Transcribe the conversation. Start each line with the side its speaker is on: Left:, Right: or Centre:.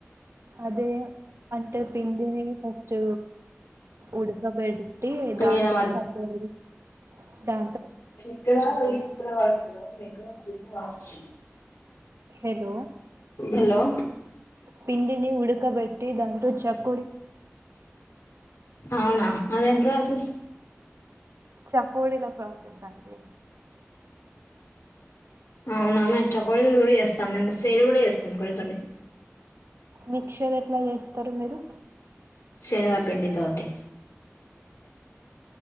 Right: అదే అంటే పిండిని ఫస్ట్ ఉడకబెట్టి
Left: ఇంకేనా
Right: దాంతో చకోడీలు దా
Left: ఇక్కడ ఇస్తా వంట కదా చెక్కను ఫుల్ వాష్ చెయ్యి
Right: హలో
Left: హలో
Right: పిండిని ఉడుకబెట్టి దం త చెక్క
Left: అవునా అదే ప్రాసెస్
Right: చకోడీల ప్రాసెస్ అండి
Left: అవునా మేము చకోడీలు కూడా చేస్తాం మేము సేలు కూడా చేస్తాం కొన్ని కొన్ని
Right: మిక్చర్ ఎట్లా చేస్తారు మీరు
Left: సెనగ పిండితోటి